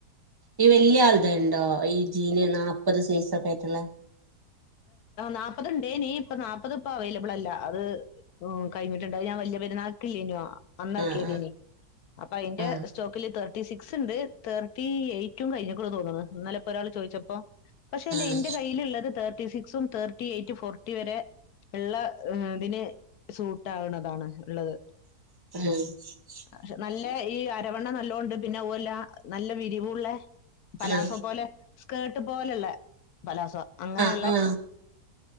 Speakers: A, on the right (about 15°); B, on the left (about 70°).
A: ഈ വലിയ ആൾ ക്ക് ഇണ്ടോ ഈ ജീന് നാല്പ്പത് സൈസ് ഒക്കെയായിട്ടുള്ള.
B: നാൽപതു ഇണ്ടേനി ഇപ്പൊ നാല്പ്പത് ഇപ്പൊ അവൈലബിൾ അല്ല അത് കഴിഞ്ഞിട്ടുണ്ട് അത് ഞാൻ എ വല്ല്യാ പെരുന്നാൽകീലെയന്നീ അന്നേരകിയതേയ്നീ
A: ആഹ്
B: അപ്പൊ അതിന്റെ
A: ആഹ്
B: സ്റ്റോക്കില് തേർട്ടി സിക് സക് ഉണ്ട് തേർട്ടി എയ്റ്റും കഴിഞ്ഞിക്കാണ് തോന്നുന്നു ഇന്നലെപ്പോ ഒരാൾ ചോദിച്ചപ്പോ പക്ഷെ ഇല്ലേ
A: ആഹ്
B: ഇന്റെ കയ്യിലുള്ളത് തേർട്ടി സിക്സും തേർട്ടി എയ്റ്റും ഫോർട്ടി വരെ ഉള്ള ഇതിന് സൂട്ട് ആകുണതാണ് ഉള്ളത്.
A: <unintelligible>
B: പക്ഷെ നല്ല ഈ അരവണ്ണ നല്ലോണ്ട് പിന്നെ അതുല്ല നല്ല വിരിവുള്ള പലാസ
A: ആഹ്
B: പോലെ സ്കേർട്ട് പോലെയുള്ള പലാസ അങ്ങനെ
A: ആ ആ